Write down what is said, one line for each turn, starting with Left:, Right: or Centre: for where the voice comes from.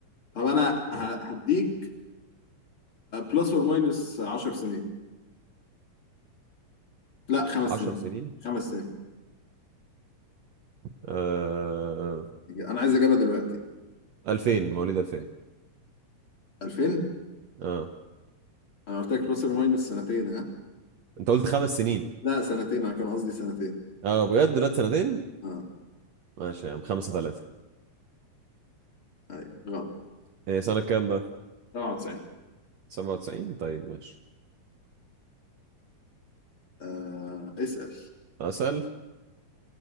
Left: طب انا ه-
Right: آه،
Left: هديك بلس اور ماينس 10 سنين لا خمس
Right: عشر
Left: سنين
Right: سنين
Left: خمس سنين
Right: آه...
Left: انا عايز اجابه دلوقتي
Right: 2000 مواليد 2000
Left: 2000
Right: اه
Left: انا قلت لك بلس اور ماينس سنتين ها
Right: أنت قلت خمس سنين
Left: لا سنتين انا كان قصدي سنتين
Right: اه بجد دلوقتي سنتين
Left: اه
Right: ماشي يا عم خمسة ثلاثة
Left: ايوه غلط
Right: هي سنة كام بقى
Left: 97
Right: 97 طيب ماشي
Left: آه اسال
Right: أسأل